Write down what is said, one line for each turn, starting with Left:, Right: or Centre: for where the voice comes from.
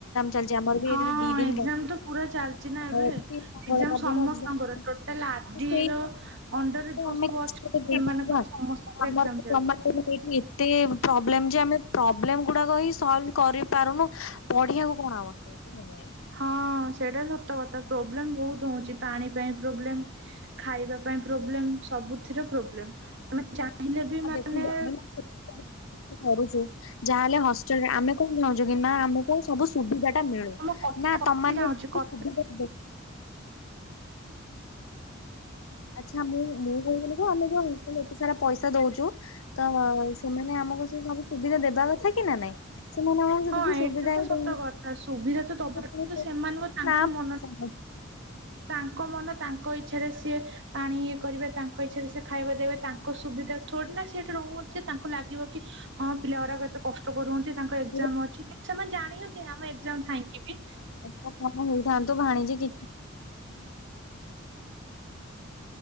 Left: ଚାଲିଛି ଆମର ବି
Right: ହଁ
Left: ଏଇ ଦି ଦିନ
Right: ଏକ୍ଜାମ ତ ପୁରା ଚାଲିଛି ନା
Left: ମଙ୍ଗଳବାର
Right: ଏବେ। ଏକ୍ଜାମ ସମସ୍ତଙ୍କର
Left: ଦିନ
Right: ଟୋଟାଲ ଆରଡି
Left: <inaudible> ସେଇ
Right: ର ଅଣ୍ଡରରେ ଯୋଉ
Left: ଆମେ
Right: ସବୁ
Left: କିଛି
Right: ଅଛନ୍ତି
Left: ମୋେ ଦେଇପାରିବା
Right: ସେମାନଙ୍କର ସମସ୍ତଙ୍କର
Left: ଆମର
Right: ଏକ୍ଜାମ
Left: ତ
Right: ଚାଲିଛି।
Left: ତମେ ଏଇଠି ପ୍ରୋବ୍ଲେମ ଯେ ଆମେ ପ୍ରୋବ୍ଲେମ ଗୁଡାକ ହ ସଲଭ କରିପାରୁନୁ ପଢିବାକୁ କଣ ଆବଶ୍ୟକତା ନାଇଁ
Right: ହଁ ସେଇଟା ସତ କଥା ପ୍ରୋବ୍ଲେମ ବହୁତ ହଉଛି ପାଣି ପାଇଁ ପ୍ରୋବ୍ଲେମ ଖାଇବା ପାଇଁ ପ୍ରୋବ୍ଲେମ ସବୁଥି ପ୍ରବ୍ଲେମ। ଆମେ ଚାହିଁଲେ ବି
Left: ଆଉ
Right: ମାନେ
Left: ଦେଖନ୍ତୁ ଆମେ ମାନେ ଏତେ କରୁଛୁ ଯାହାହେଲେ ହଷ୍ଟେଲରେ ଆମେ କଣ ଚାହୁଁଛୁ କି ନା ଆମ କଣ ସବୁ ସୁବିଧା ଟା ମିଳୁ
Right: ଆମ କଥା
Left: ନା
Right: କଟି
Left: ତମ
Right: ଯାଉଛି
Left: ସୁବିଧା
Right: କଥା
Left: ଦେଖ ଆଚ୍ଛା ମୁଁ ମୁଁ କହୁ ଥିଲି କଣ ଆମେ କଣ। ଏତେ ସାରା ପଇସା ଦଉଛୁ ତ ସେମାନେ ଆମକୁ ସେ ସବୁ ସୁବିଧା ଦେବା କଥା କି ନା ନାଇଁ। ସେମାନେ
Right: ହଁ
Left: ଟିକି
Right: ଏଇଟା
Left: ସୁବିଧା
Right: ତ
Left: ହେଇ
Right: ସତ
Left: ପାରୁନି।
Right: କଥା ସୁବିଧା ତ ଦବା କିନ୍ତୁ ସେମାନଙ୍କ ତାଙ୍କ ମନ ତାଙ୍କ ମନ ତାଙ୍କ ଇଚ୍ଛାରେ ସିଏ ପାଣି ଇଏ କରିବେ ତାଙ୍କ ଇଚ୍ଛାରେ ସେ ଖାଇବା ଦେବେ ତା। ତାଙ୍କ ସୁବିଧା ଛୋନା ସେଠି ରହୁନ୍ତି ଯେ ତାଙ୍କୁ ଲାଗିବ କି ହଁ ପିଲା ମାନେ କେତେ କଷ୍ଟ। କରୁଛନ୍ତି ତାଙ୍କ
Left: ଖର୍ଚ୍ଚ।
Right: ଏକ୍ସାମ ଅଛି କିନ୍ତୁ ସେମାନେ ଜାଣି ହନ୍ତେ ଆମ ଏଜାମ ଥାଇଁକି ବି।
Left: ତା ମ ହଇ ଥାନ ତ ବାହାଣି ଯେଛି।